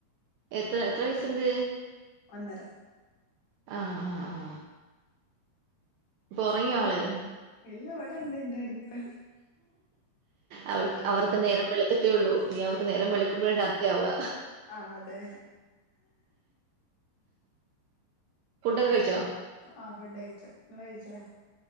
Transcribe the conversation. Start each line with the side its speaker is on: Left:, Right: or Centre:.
Right: എത്ര എത്ര വയസ്സ്ണ്ട്
Left: ഒന്നര
Right: ആഹ് ആഹ് ആഹ് ഇപ്പൊ ഒറങ്ങിയോ ആള്
Left: ഇല്ലാ ഇവിടെ ഇണ്ട് ഇന്റെട്ത്ത്
Right: അവൾക്ക് അവർക്ക് നേരം വെളുത്ത്ട്ടേ ഒള്ളൂ ഇനി അവർക്ക് നേരം
Left: ഓ
Right: വെളുക്കുമ്പെഴാ രാത്രിയാവാ
Left: ആഹ് അതെ
Right: ഫുഡൊക്കെ കഴിച്ചോ?
Left: ആഹ് ഫുഡയിച്ചു ഇങ്ങള് കയിച്ചില്ലേ